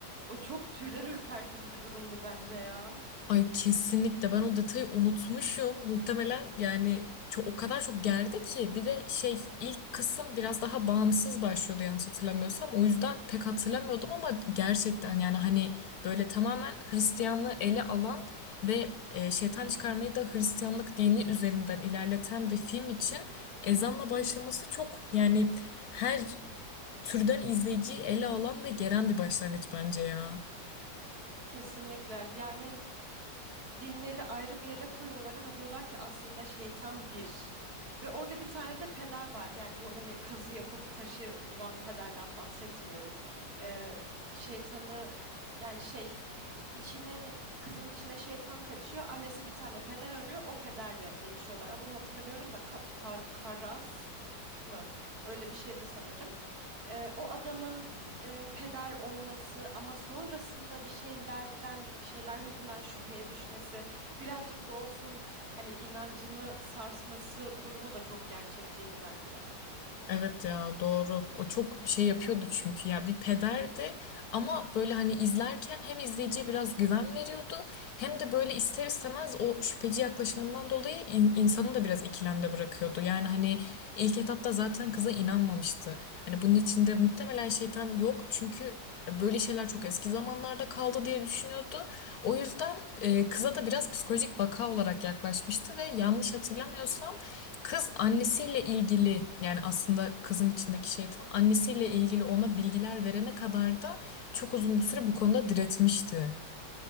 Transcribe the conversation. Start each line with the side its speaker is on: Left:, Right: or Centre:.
Right: O çok tüyler ürpertici bir durumdu bence ya.
Left: Ay kesinlikle ben o detayı unutmuşum. Muhtemelen yani çok, o kadar çok gerdi ki bir de şey ilk kısım biraz daha bağımsız başlıyordu yanlış hatırlamıyorsam. O yüzden pek hatırlamıyordum ama gerçekten yani hani böyle tamamen Hristiyanlığı ele alan ve e, şeytan çıkarmayı da Hristiyanlık dini üzerinden ilerleten bir film için ezanla başlaması çok yani her türden izleyiciyi ele alan ve geren bir başlangıç bence ya.
Right: Kesinlikle. Yani dinleri ayrı bir yere koyuyorlar ama diyorlar ki aslında şeytan bir. Ve orada bir tane de peder var. Yani bu hani kazı yapıp taşı bulan pederden bahsetmiyorum. Ee, şeytanı yani şey içine kızın içine şeytan kaçıyor. Annesi bir tane peder arıyor. O pederle buluşuyorlar. Adını hatırlamıyorum da Ka- Kar- Karas mı? Öyle bir şeydi sanırım. Ee, o adamın e, peder olması ama sonrasında bir şeylerden, bir şeyler yüzünden şüpheye düşmesi, birazcık da olsun hani inancını sarsması durumu da çok gerçekçiydi bence.
Left: Evet ya doğru. O çok şey yapıyordu çünkü ya bir pederdi ama böyle hani izlerken hem izleyiciye biraz güven veriyordu hem de böyle ister istemez o şüpheci yaklaşımından dolayı in- insanı da biraz ikilemde bırakıyordu. Yani hani ilk etapta zaten kıza inanmamıştı. Hani bunun içinde muhtemelen şeytan yok çünkü e, böyle şeyler çok eski zamanlarda kaldı diye düşünüyordu. O yüzden e, kıza da biraz psikolojik vaka olarak yaklaşmıştı ve yanlış hatırlamıyorsam Kız annesiyle ilgili yani aslında kızın içindeki şeytan annesiyle ilgili ona bilgiler verene kadar da çok uzun bir süre bu konuda diretmişti.